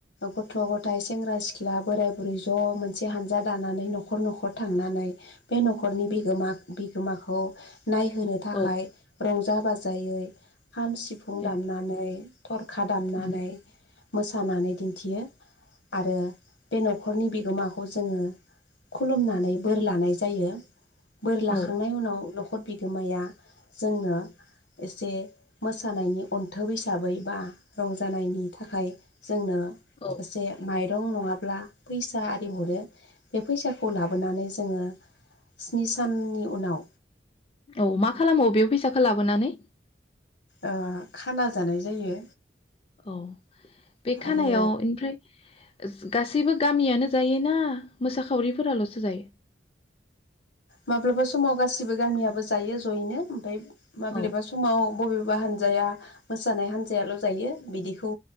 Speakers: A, on the left; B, on the left.
A: गथ' गथाय सेंग्रा सिख्ला बोराय बुरै ज' मोनसे हानजा दानानै न'खर न'खर थांनानै बे न'खरनि बिगोमा बिगोमाखौ नायहोनो थाखाय
B: औ
A: रंजा बाजायो खाम सिफुं दामनानै
B: ए
A: थरखा दामनानै
B: उम,
A: मोसानानै दिन्थियो आरो बे न'खरनि बिगोमाखौ जोङो खुलुमनानै बोर लानाय जायो बोर लाखांनायनि
B: औ
A: उनाव नख नखर बिगोमाया जोंनो एसे मोसानायनि अनथोब हिसाबै बा रंजानायनि थाखाय जोंनो
B: औ
A: एसे माइ रं नङाब्ला फैसा आरि हरो बे फैसाखौ लाबोनानै जोङो स्नि साननि उनाव
B: औ मा खालामो बेयाव फैसाखौ लाबोनानै
A: अ खाना जानाय जायो
B: औ बे खानायाव
A: आरो
B: ओमफ्राय गासैबो गामियानो जायो ना मोसाखावरिफोराल'सो जायो?
A: माब्लाबा समाव गासिबो गामियाबो जायो जयैनो ओमफ्राय माब्लाबा
B: औ
A: समाव बबेब बबा हानजाया मोसानाय हानजायाल' जायो बिदिखौ